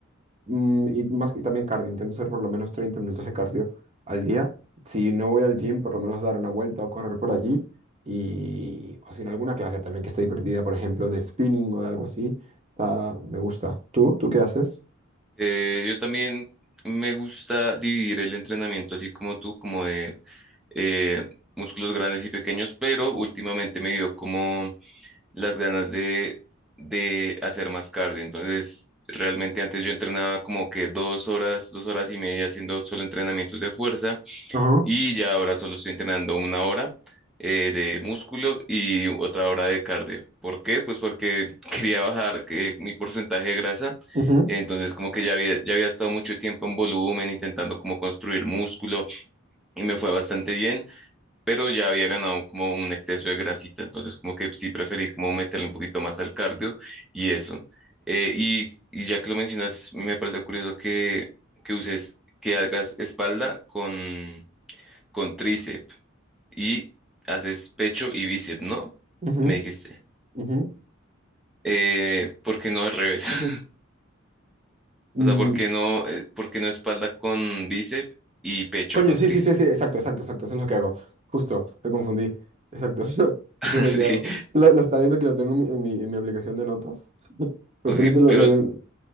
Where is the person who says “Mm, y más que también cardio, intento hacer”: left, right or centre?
Right